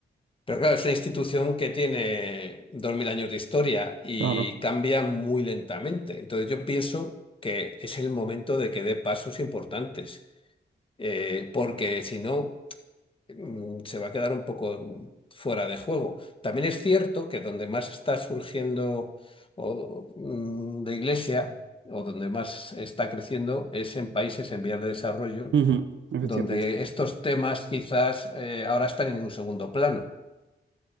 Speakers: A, on the left; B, on the right.
A: Pero claro, es una institución que tiene 2.000 años de historia y
B: Claro,
A: cambia muy lentamente. Entonces yo pienso que es el momento de que dé pasos importantes, eh, porque si no, mm, se va a quedar un poco fuera de juego. También es cierto que donde más está surgiendo o, mm, de iglesia o donde más está creciendo es en países en vías de desarrollo,
B: Ujú, Efectivamente.
A: donde estos temas quizás eh, ahora están en un segundo plano.